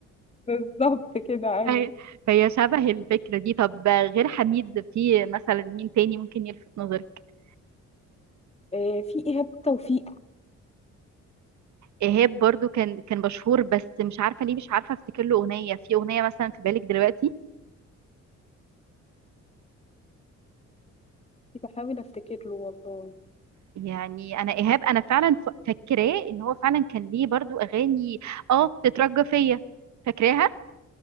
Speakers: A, on the left; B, on the right.
A: بالظبط كده
B: فهي
A: أيوه
B: فهي شبه الفكره دي طب غير حميد في مثلا مين تاني ممكن يلفت نظرك
A: آه، في إيهاب توفيق
B: ايهاب برضو كان كان مشهور بس مش عارفه ليه مش عارفه افتكر له اغنيه في اغنيه مثلا في بالك دلوقتي
A: بحاول أفتكر له والله
B: يعني انا ايهاب انا فعلا ف- فاكراه ان هو فعلا كان ليه برضو اغاني اه تترجى فيا فاكراها